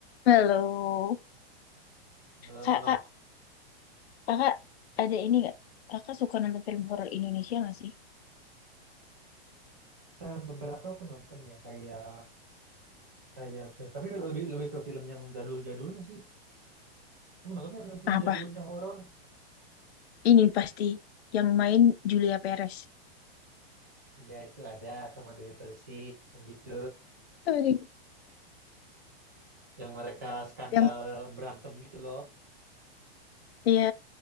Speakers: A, on the left; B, on the right.
A: Halo,
B: Alah.
A: kak, kak, kakak ada ini nggak? Kakak suka nonton film horor Indonesia nggak sih?
B: Eh, beberapa aku nonton ya kayak kayak film tapi lebih lebih ke film yang jadul-jadulnya sih. Kamu nonton nggak film-film
A: Apa?
B: jadulnya horor?
A: Ini pasti yang main Julia Perez.
B: Iya itu ada sama Dewi Persik yang gitu,
A: Sorry,
B: yang mereka skandal
A: Yang
B: berantem gitu loh.
A: iya